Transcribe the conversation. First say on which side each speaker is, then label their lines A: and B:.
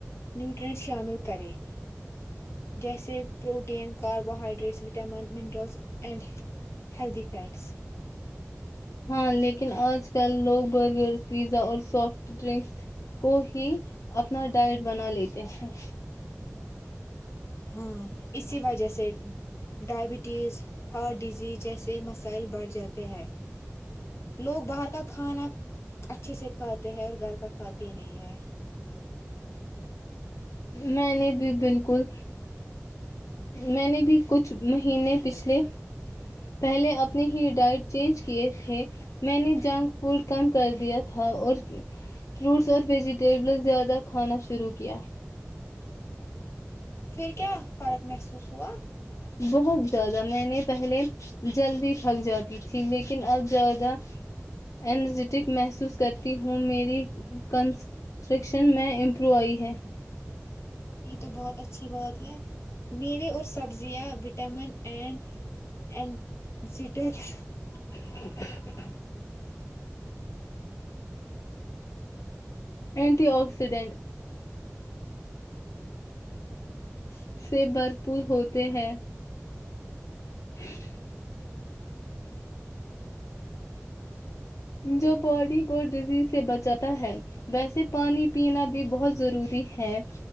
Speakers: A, on the left (about 55°); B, on the left (about 75°).
A: نیوٹرینٹ شامل کریں جیسے protein carbohydrates vitamin minerals and healthy fats
B: ہاں لیکن آج کل لوگ برگر پیزا اور سافٹ ڈرنکس کو ہی اپنا ڈائٹ بنا لیتے ہیں
A: ہاں اسی وجہ سے ڈائبٹیز ہارٹ ڈیزیز جیسے مسائل بڑھ جاتے ہیں لوگ باہر کا کھانا اچھے سے کھاتے ہیں اور گھر کا کھاتے ہی نہیں ہے
B: میں نے بھی بالکل میں نے بھی کچھ مہینے پچھلے پہلے اپنے ہی ڈائٹ چینج کیے تھے میں نے جنک فوڈ کم کر دیا تھا اور فروٹس اور ویجیٹیبل زیادہ کھانا شروع کیا
A: پھر کیا فرق محسوس ہوا
B: بہت زیادہ میں نے پہلے جلدی تھک جاتی تھی لیکن اب زیادہ انرجیٹک محسوس کرتی ہوں میری کنسٹکشن میں امپرو آئی ہے
A: یہ تو بہت اچھی بات ہے میرے اور سبزیاں وٹامن اینڈ اینزٹر <unintelligible>
B: <unintelligible> اینٹی آکسیڈینٹ
A: ج <unintelligible>
B: سے بھرپور ہوتے ہیں <inaudible> جو باڈی کو ڈزیز سے بچاتا ہے ویسے پانی پینا بھی بہت ضروری ہے